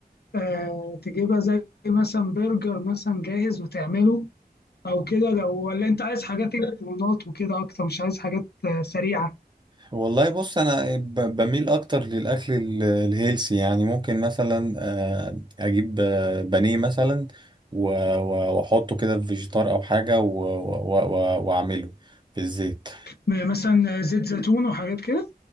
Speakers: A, on the left (about 80°); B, on the right (about 30°).
A: آه تجيبها زي مثلا برجر مثلا جاهز وتعمله او كده لو ولا انت عايز حاجات إيه، مكرونات وكده اكتر مش عايز حاجات آه، سريعه
B: والله بص انا ب- بميل اكتر للاكل ال- الهيلسي يعني ممكن مثلا آه، اجيب آه، بانيه مثلا و- و- واحطه كده في فيجيتار او حاجه و- و- و- واعمله في الزيت
A: مثلا زيت زيتون وحاجات كده